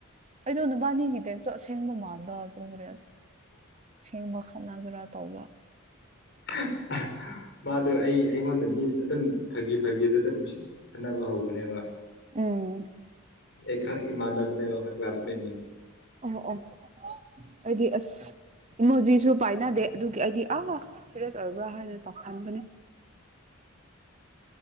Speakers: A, on the right; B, on the left.
A: ꯑꯩꯗꯣ ꯅꯨꯕꯥꯅꯤꯒꯤꯗꯁꯨ ꯑꯁꯦꯡꯕ ꯃꯥꯟꯕ ꯑꯗꯨꯒꯈ꯭ꯔꯦ ꯑꯁꯦꯡꯕ ꯈꯠꯅꯒ꯭ꯔꯥ ꯇꯧ
B: <inaudible> ꯃꯥꯗ ꯑꯩ ꯑꯩꯉꯣꯟꯗ ꯃꯤ ꯑꯗꯨꯝ ꯐꯥꯒꯤ ꯐꯥꯒꯤꯗꯨ ꯑꯗꯨꯝꯁꯤ ꯈꯠꯅꯕ ꯍꯧꯕꯅꯦꯕ
A: ꯎꯝ
B: ꯑꯩ ꯈ ꯏꯃꯥꯟꯗꯅꯦꯣꯏ ꯀ ꯀ꯭ꯂꯥꯁꯃꯦꯠꯅꯦ
A: ꯑꯣ ꯑꯣ ꯑꯩꯗꯤ ꯑꯁ ꯏꯃꯣꯖꯤꯁꯨ ꯄꯥꯏꯅꯗꯦ ꯑꯗꯨꯒꯤ ꯑꯩꯗꯤ ꯑ ꯆꯔꯤꯖ ꯑꯣꯏꯕꯥ ꯍꯥꯏ ꯇ ꯈꯥꯟꯒ